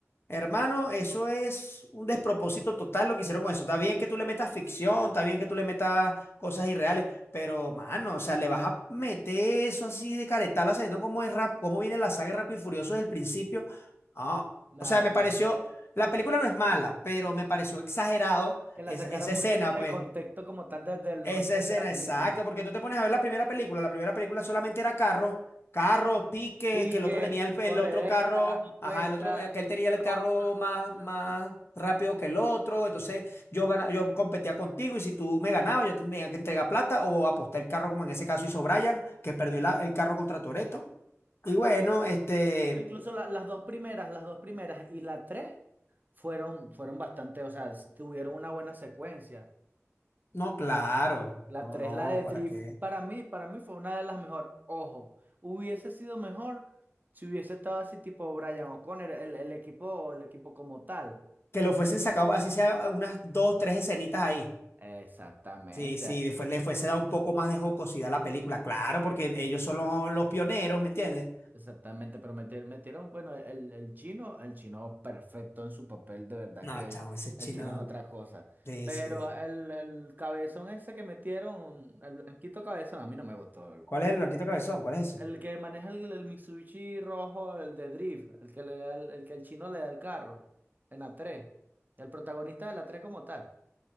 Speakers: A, on the left; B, on the right.
A: hermano, eso es un despropósito total lo que hicieron con eso. Está bien que tú le metas ficción, está bien que tú le metas cosas irreales, pero, mano, o sea, le vas a meter eso así de caretala, sabiendo cómo es rap, cómo viene la saga de Rápido y Furioso desde el principio. Ah,
B: No,
A: o sea, me pareció,
B: no.
A: la película no es mala, pero me pareció exagerado
B: Que la
A: esa,
B: sacaron
A: esa
B: muy
A: escena,
B: de, de
A: pues.
B: contexto como tal desde el
A: Esa
B: origen
A: escena,
B: de la película.
A: exacto, porque tú te pones a ver la primera película, la primera película solamente era carros, carros, piques,
B: Pique,
A: que el otro tenía el, el
B: corredera,
A: otro carro,
B: apuestas,
A: ajá, el otro, eh, que él tenía el
B: robo
A: carro
B: una cosa,
A: más, más
B: sí,
A: rápido que el otro, entonces yo gana- yo competía contigo y si tú me ganabas, yo tenía que entregar plata o apostar el carro, como en ese caso hizo Brian, que perdió
B: sí.
A: la- el carro contra Toretto. Y bueno, este,
B: No, incluso la- las dos primeras, las dos primeras y la tres fueron, fueron bastante, o sea, s- tuvieron una buena secuencia.
A: no, claro,
B: La
A: no,
B: tres,
A: no,
B: la de
A: ¿para
B: Drift,
A: qué?
B: para mí, para mí fue una de las mejores. Ojo, hubiese sido mejor si hubiese estado así tipo Brian O'Connor, el, el equipo, el equipo como tal.
A: que lo fuesen sacado, así sea unas dos, tres escenitas ahí.
B: Exactamente.
A: Si, si fue- le fuese dado un poco más de jocosidad a la película, claro, porque ellos son lo- los, pioneros, ¿me entiendes?
B: Exactamente, pero meter- metieron, bueno, el, el chino, el chino perfecto en su papel, de verdad
A: No,
B: que
A: chavo, ese chino
B: el chino es otra cosa.
A: dice.
B: Pero el, el cabezón ese que metieron, el blanquito cabezón, a mí no me gustó.
A: ¿Cuál es el blanquito cabezón? ¿Cuál es eso?
B: El que maneja el, el Mitsubishi rojo, el de Drift, el que le da el, el que el chino le da el carro, en la tres el protagonista de la 3 como tal.